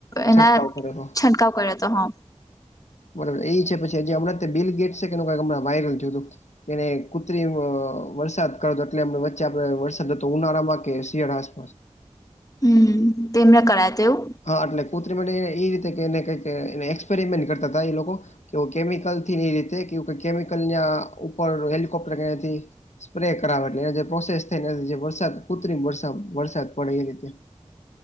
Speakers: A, on the left; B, on the left.
A: છંટકાવ
B: એના
A: કરે તો
B: છંટકાવ કર્યો હતો, હા.
A: બરાબર એ છે પછી હમણાં તે બિલ ગેટ છે કેઈક હમં વારલ થયું હતું કેને કુત્રી વરસાદ કરોતો એટલેમ વચ્ચે આપડે વરસાદ હતો ઉનાળામાં કે શિયાળા આસપાસ
B: હમ તેમને કરાય તેવુ?
A: હા એટલે પુત્રી માટે એ રીતે એને કાક એક્સપેરિમેન્ટ કરતા હતા એ લોકો કે કેમિકલ થી ની રીતે કે કેમિકલ ન્યા ઉપર હેલિકોપ્ટર કયા થી સ્પ્રે કરાવે એટલે એ જે પ્રોસેસ થઈને જે વરસાદ કૃત્રિમર વરસાદ પડે એ રીતે.